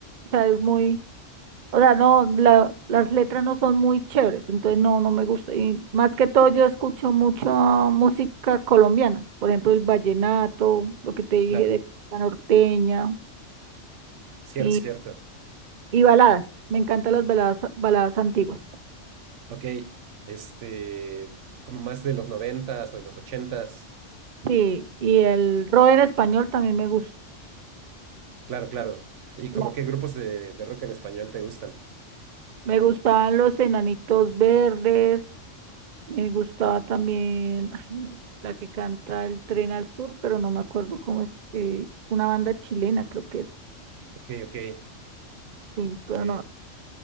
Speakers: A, on the right; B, on the right.
A: o sea, es muy O sea, no, la- las letras no son muy chéveres, entonces no, no me gusta. Y más que todo yo escucho mucho música colombiana, por ejemplo el vallenato, lo que te dije
B: Claro,
A: de la norteña
B: cierto,
A: Sí,
B: cierto.
A: y, y baladas. Me encantan las baladas, baladas antiguas.
B: Ok, este, como más de los noventas o de los ochentas.
A: Sí, y el rock en español también me gusta.
B: Claro, claro. ¿Y
A: La-
B: como qué grupos de, de rock en español te gustan?
A: Me gustaban los Enanitos Verdes, me gustaba también ay, la que canta El Tren al Sur, pero no me acuerdo cómo es. eh, es una banda chilena, creo que es.
B: Ok, ok.
A: Sí, pero
B: eh,
A: no,